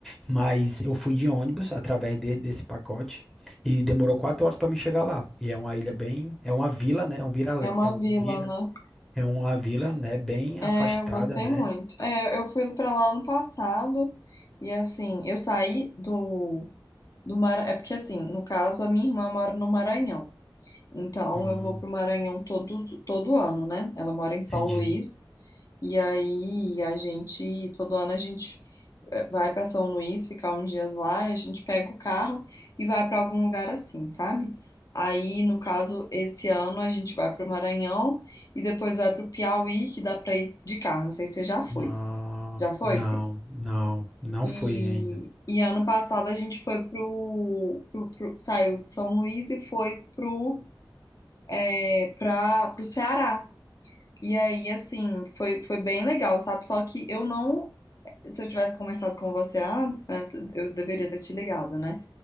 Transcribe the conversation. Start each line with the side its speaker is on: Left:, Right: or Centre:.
Centre: Mas eu fui de ônibus através de- desse pacote e demorou quatro horas para me chegar lá. E é uma ilha bem, é uma vila, né? É um vira,
Left: É uma
Centre: é um
Left: vila,
Centre: vira,
Left: né?
Centre: é uma vila, né? Bem
Left: É,
Centre: afastada,
Left: eu gostei
Centre: né?
Left: muito. É, eu fui pra lá no passado, e assim, eu saí do Do Mara... É porque, assim, no caso, a minha irmã mora no Maranhão. Então,
Centre: Hum,
Left: eu vou pro Maranhão todo, todo ano, né? Ela mora em São
Centre: entendi.
Left: Luís. E aí, a gente, todo ano, a gente eh, vai pra São Luís, ficar uns dias lá, a gente pega o carro e vai pra algum lugar assim, sabe? Aí, no caso, esse ano a gente vai pro Maranhão e depois vai pro Piauí, que dá pra ir de carro. Não sei se você já foi.
Centre: Ah,
Left: Já foi?
Centre: não, não, não
Left: E,
Centre: fui ainda.
Left: e ano passado a gente foi pro, pro, pro- saiu de São Luís e foi pro, é, pra, pro Ceará. E aí, assim, foi, foi bem legal, sabe? Só que eu não. Se eu tivesse conversado com você antes, né? Eu deveria ter te ligado, né?